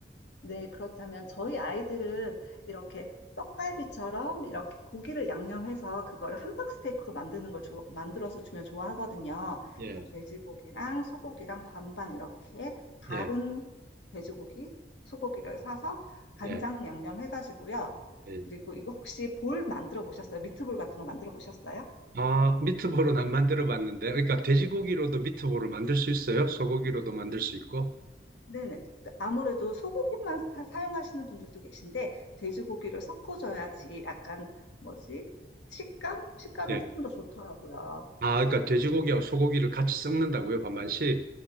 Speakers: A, on the left (about 80°); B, on the right (about 50°).
A: 네, 그렇다면 저희 아이들은 이렇게 떡갈비처럼 이렇게 고기를 양념해서 그거를 함박스테이크로 만드는 걸 좋아- 만들어서 주면 좋아하거든요.
B: 예.
A: 그러니까 돼지고기랑 소고기랑 반반 이렇게 다른
B: 예.
A: 돼지고기, 소고기를 사서 간장
B: 예.
A: 양념 해가지고요.
B: 예.
A: 그리고 이거 혹시 볼 만들어 보셨어요? 미트볼 같은 거 만들어 보셨어요?
B: 아, 미트볼은 안 만들어 봤는데 그러니까 돼지고기로도 미트볼을 만들 수 있어요? 소고기로도 만들 수 있고.
A: 네네. 아무래도 소고기만 사, 사용하시는 분들도 계신데, 돼지고기를 섞어줘야지 약간, 뭐지? 식감? 식감이
B: 예.
A: 조금 더 좋더라고요.
B: 아, 그러니까 돼지고기하고 소고기를 같이 섞는다고요, 반반씩?